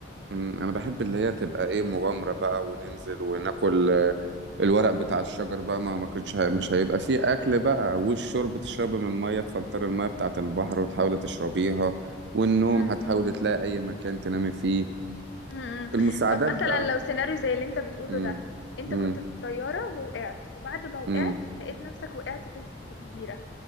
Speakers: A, on the right; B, on the left.
A: مم، انا بحب اللي هي تبقى ايه مغامرة بقى وننزل وناكل الورق بتاع الشجر بقى ما ما كانش هي- مش هيبقى فيه اكل بقى والشرب تشربي من الميه تفلتر الميه بتاعه البحر وتحاولي تشربيها والنوم
B: مم.
A: هتحاولي تلاقي اي مكان تنامي فيه
B: مم.
A: المساعدات
B: طب مثلا
A: بقى
B: لو سيناريو زي اللي انت بتقوله
A: امم
B: ده انت
A: امم
B: كنت في الطيارة ووقعت وبعد ما وقعت
A: امم
B: لقيت نفسك وقعت في في جزيرة